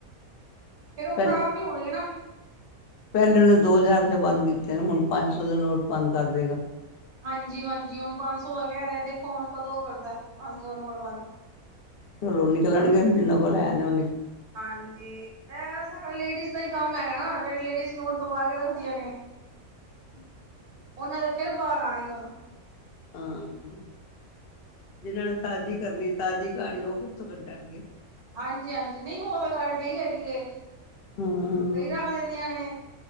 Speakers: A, on the right; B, on the left.
A: ਫੇਰ ਉਹ ਖ਼ਰਾਬ
B: ਪਹਿ,
A: ਨੀ ਹੋਣਗੇ ਨਾ
B: ਪਹਿਲੇ ਵਾਲੇ ਦੋ ਹਜ਼ਾਰ ਬੰਦ ਕੀਤੇ ਨੇ, ਹੁਣ ਪੰਜ ਸੌ ਦੇ ਨੋਟ ਬੰਦ ਕਰ ਦੇਗਾ
A: ਹਾਂਜੀ ਹਾਂਜੀ ਹੁਣ ਪੰਜ ਸੌ ਦਾ ਕਹਿ ਰਿਹਾ, ਦੇਖੋ ਹੁਣ ਕਦੋਂ ਕਰਦਾ ਪੰਜ ਸੌ ਨੋਟਬੰਦ।
B: ਘਰੋਂ ਨਿਕਲਣਗੇ, ਜਿੰਨਾ ਕੋਲ ਹੈ ਨੇ ਔ
A: ਹਾਂਜੀ ਇਹ ਸਾਰਾ ਲੇਡੀਜ਼ ਦਾ ਹੀ ਕੰਮ ਹੈਗਾ ਨਾ, ਜਿਹੜੀ ਲੇਡੀਜ਼ ਨੋਟ ਦਬਾ ਕੇ ਰੱਖਦੀਆਂ ਨੇ, ਉਹਨਾਂ ਦੇ ਫਿਰ ਬਾਹਰ ਆਉਣਗੇ ਹੁਣ।
B: ਆਹ ਜਿਨਾਂ ਨੇ ਤਾਜ਼ੀ ਕਰਨੀ ਤਾਜ਼ੀ ਕਹਾਣੀ ਉਹ ਕਿੱਥੋਂ ਕੱਢਣਗੇ।
A: ਹਾਂਜੀ ਹਾਂਜੀ ਨਹੀਂ ਉਹ ਤਾਂ ਗੱਲ ਠੀਕ ਹੈਗੀ ਏ,
B: ਹੂੰ।
A: ਕਈ ਰੱਖ ਦਿੰਦੀਆਂ ਨੇ।